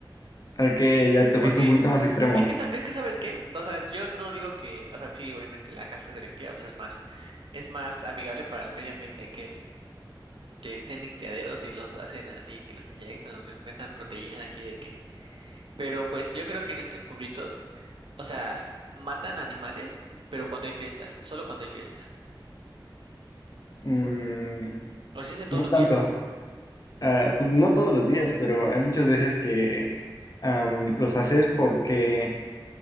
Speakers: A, on the left; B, on the right.
A: Ok, ya te
B: Porque
A: fuiste un poquito más extremo.
B: es que, sab- es que ¿sabes qué? O sea, yo no digo que, o sea, sí, obviamente la casa selectiva pues es más, es más amigable para el medio ambiente que el que estén en criaderos y los hacen así, que los inyectan o les metan proteína de aquí de qué. Pero pues yo creo que en estos pueblitos, o sea, matan animales, pero cuando hay fiesta, solo cuando hay fiesta.
A: Mm,
B: O si es de todos
A: no
B: los
A: tanto.
B: días,
A: Ah, pues no todos los días, pero hay muchas veces que am, los haces porque